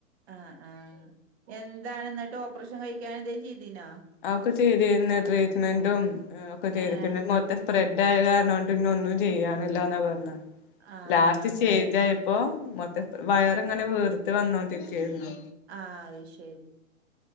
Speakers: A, on the right; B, on the left.
A: ആ ആഹ് എന്താണ് ഇന്നട്ട് ഓപ്പറേഷൻ കഴിക്കാനെന്തെങ്കിലും ചെയ്തീനോ
B: ആ ഒക്കെ ചെയ്തേന്ന് ട്രീറ്റ്മെന്റും ഒക്കെ ചെയ്തു
A: ഏഹ്
B: പിന്നെ മൊ സ്പ്രെഡ് ആയകാരാണോണ്ട് ഇഞൊന്നും ചെയ്യനില്ലാന്നാ പറഞ്ഞെ
A: ആഹ്
B: ലാസ്റ്റ്
A: ആഹ്
B: സ്റ്റേജ പ്പൊ മൊത്തത്ത് വയർ ഇങ്ങനെ വീർത്ത് വന്നോണ്ടിരിക്കെയിരുന്നു
A: ആഹ് അത് ശരി